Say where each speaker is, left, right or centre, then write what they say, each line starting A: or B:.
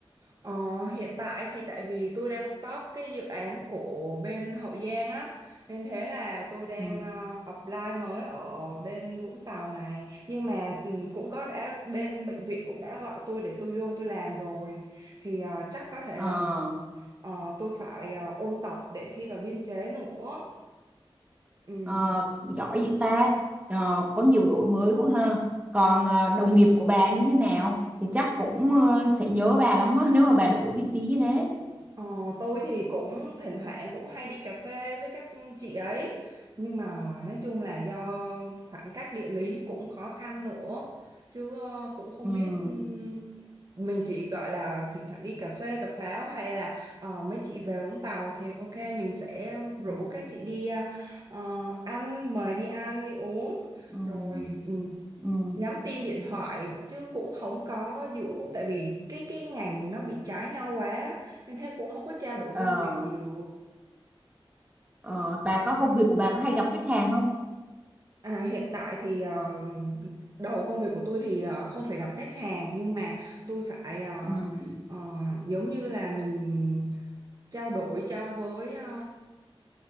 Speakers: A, on the right; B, on the right.
A: Ờ, hiện tại thì tại vì tôi đang stop cái dự án của bên Hậu Giang á nên thế là tôi đang
B: ừ.
A: ờ, apply mới ở bên Vũng Tàu này nhưng mà ừ, cũng có đã bên bệnh viện cũng đã gọi tôi để tôi vô tôi làm rồi thì ờ, chắc có thể
B: ờ.
A: là Ờ, tôi phải ờ, ôn tập để thi vào biên chế nữa. Ừ,
B: Ờ, giỏi vậy ta Ờ, có nhiều đổi mới quá ha còn ờ, đồng nghiệp của bà như thế nào thì chắc cũng ờ, sẽ nhớ bà lắm á, <laughs> nếu mà bà đổi vị trí như thế
A: Ờ, tôi thì cũng thỉnh thoảng cũng hay đi cà phê với các chị ấy nhưng mà nói chung là do khoảng cách địa lý cũng khó khăn nữa chứ ờ, cũng không
B: ừ,
A: biết ừm, mình chỉ gọi là thỉnh thoảng đi cà phê cà pháo hay là ờ, mấy chị về Vũng Tàu thì ok mình sẽ rủ
B: ừ,
A: các chị đi ờ, ờ, ăn mời đi ăn đi uống
B: ừ,
A: rồi ừm,
B: ừ.
A: nhắn tin điện thoại chứ cũng không có giữ tại vì cái cái ngành nó bị trái nhau quá nên thế cũng không có trao đổi
B: Ờ,
A: công việc gì được.
B: ờ, bà có công việc của bà có hay gặp khách hàng không
A: À, hiện tại thì ờ, đầu công việc của tôi thì ờ, không phải gặp khách hàng nhưng mà tôi phải ờ,
B: ừ.
A: ờ, giống như là mình trao đổi cho với ờ,